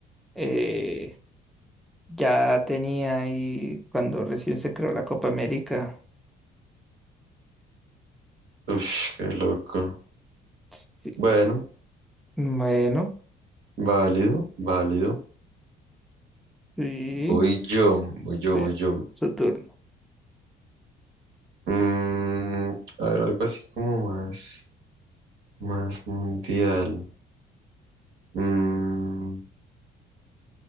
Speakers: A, in the centre; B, on the right.
A: eh, ya tenía ahí cuando recién se creó la Copa América.
B: Uf, qué loco.
A: Sí.
B: Bueno,
A: Bueno,
B: válido, válido.
A: Sí,
B: Voy yo, voy yo,
A: sí,
B: voy yo.
A: Saturno.
B: Mm, a ver, algo así como más, más mundial. Mm,